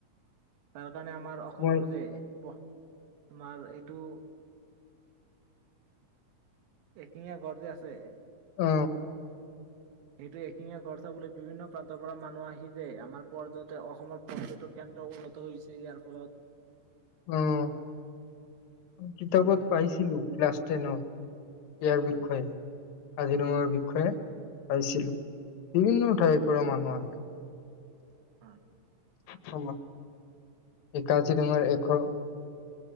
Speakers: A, on the right; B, on the left.
A: তাৰ কাৰণে আমাৰ অসমৰ
B: মই
A: যে, প তোমাৰ এইটো এশিঙীয়া গড় যে আছে
B: অ।
A: সেইটো এশিঙীয়া গড় চাবলৈ বিভিন্ন প্ৰান্তৰ পৰা মানুহ আহি যে, আমাৰ পৰ্যতন, অসমৰ পৰ্যটক কেন্দ্ৰ উন্নত হৈছে, ইয়াৰ ফলত।
B: উম, কিতাপত
A: হয়
B: পাইছিলো, ক্লাছ টেনত ইয়াৰ
A: হয়
B: বিষয়ে, কাজিৰঙাৰ
A: হয়
B: বিষয়ে পাইছিলো। বিভিন্ন ঠাইৰ পৰা মানুহ আহে।
A: হয়।
B: হ'ব। এই কাজিৰঙাৰ এশ